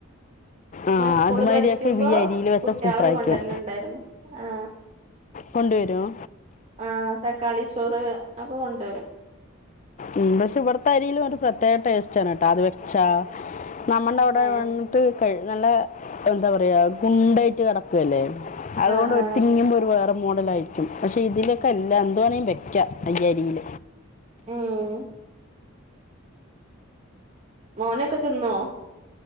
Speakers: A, on the left; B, on the right.
A: ആഹ്
B: സ്കൂള്
A: അതുമാരിക്കെ
B: പഠിക്കുമ്പോ
A: ഈ അരിൽ വെച്ചാ
B: കുട്ടികളൊക്കെ
A: സൂപ്പർ ആയിരിക്കും.
B: കൊണ്ടുവരലുണ്ടായിരുന്നു ആ
A: കൊണ്ടുവരുവോ?
B: ആഹ് തക്കാളി ചോറ് അത് ഒക്കെ കൊണ്ടുവരും.
A: ഉം പക്ഷേ ഇവിടത്തെ അരിയിൽ ഒരു പ്രത്യേകടേസ്റ്റാണ് കേട്ടോ അത് വെ അച്ചാ നമ്മുടെ അവിടെ
B: ഏ
A: വന്നിട്ട് ക നല്ല എന്താ പറയാ ഗുണ്ടായിട്ട് കിടക്കല്ലേ അതുകൊണ്ട്
B: ആ ആ
A: തിങ്ങുമ്പോൾ ഒരു വേറെ മോഡലായിരിക്കും പക്ഷേ ഇതിലൊക്കെ അല്ല എന്തു വേണമങ്കിലും വയ്ക്കാം ഈ അരിയിൽ
B: ഉം മോനൊക്കെ തിന്നോ?